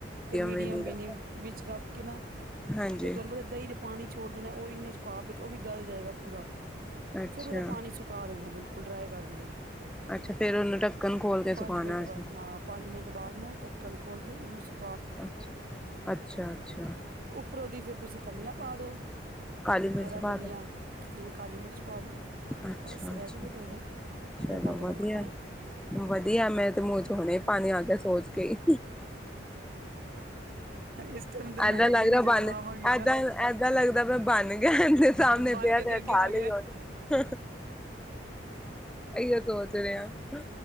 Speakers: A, on the right (about 50°); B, in the centre.
A: ਤੇ ਮੀਡੀਅਮ
B: ਵੀ
A: ਵਿ
B: ਰੱਖਣਾ
A: ਨੀ ਵਿੱਚ ਰੱਖ ਕੇ ਨਾ,
B: ਹਾਂਜੀ
A: ਤੇ ਤੁਹਾਨੂੰ ਪਤਾ ਦਹੀਂ ਨੇ ਪਾਣੀ ਛੋੜ ਦੇਣਾ ਉ ਇੰਨੇ ਚ ਭਾਪ ਵਿੱਚ ਉਹ ਵੀ ਗਲ ਜਾਏਗਾ ਪੂਰਾ।
B: ਅੱਛਾ
A: ਫਿਰ ਉਹਦਾ ਪਾਣੀ ਸੁਖਾ ਦੇਣਾ ਬਿਲਕੁਲ, ਡਰਾਈ ਕਰ ਦੇਣਾ।
B: ਅੱਛਾ ਫੇਰ ਉਹਨੂੰ ਢੱਕਣ ਖੋਲ ਕੇ ਸੁਖਾਣਾ
A: ਪੰਜ ਮਿੰਟ ਬਾਅਦ
B: ਅਸੀਂ।
A: ਹਾਂ ਪੰਜ ਮਿੰਟ ਬਾਅਦ ਨਾ ਢੱਕਣ ਖੋਲ ਕੇ ਇਹਨੂੰ ਸੁ-
B: ਅਛ, ਅੱਛਾ- ਅੱਛਾ।
A: ਪਰ ਉਹਦੀ ਫੇਰ ਤੁਸੀਂ ਧਨੀਆ ਪਾ ਦੋ,
B: ਕਾਲੀ ਮਿਰਚ
A: ਹਰਾ ਧਨੀਆ
B: ਪਾ ਦੋ
A: ਵੇ ਕਾਲੀ ਮਿਰਚ ਪਾ ਦੋ।
B: ਅੱਛਾ
A: ਬਸ
B: ਅੱਛਾ
A: ਰੈਡੀ ਐ ਤੁਹਾਡਾ।
B: ਚਲੋ
A: ਗਰਮਾ
B: ਵਧੀਆ-
A: ਗਰਮ ਖਾਓ।
B: ਵਧੀਆ ਮੈਂ ਤੇ ਮੁੂੰ ਚ ਹਲੇ ਪਾਣੀ ਆ ਕੇ ਸੋਚ ਕੇ ਈ।
A: ਇਸ ਟਾਈਮ ਤੇ ਮੈਂ
B: ਏਧਾਂ
A: ਹੈਗੀ
B: ਲੱਗ ਰੇਹਾ
A: ਨੀ ਜਦੋਂ
B: ਬਨ,
A: ਆਵਾਂਗੀ
B: ਏਧਾਂ
A: ਤਾਂ
B: ਏਦਾਂ ਲੱਗਦਾ ਪੇਆ ਬਣ ਗਿਆ ਸਾਹਮਣੇ
A: ਬਣ
B: ਪਿਆ
A: ਕੇ
B: -ਪਿਆ
A: ਤੇ
B: ਖਾ
A: ਅੱਗੇ ਆ ਗਿਆ।
B: ਲਈਐ ਬਸ। ਏ ਇ ਓ ਸੋਚ ਰਹੇ ਆ। ਅ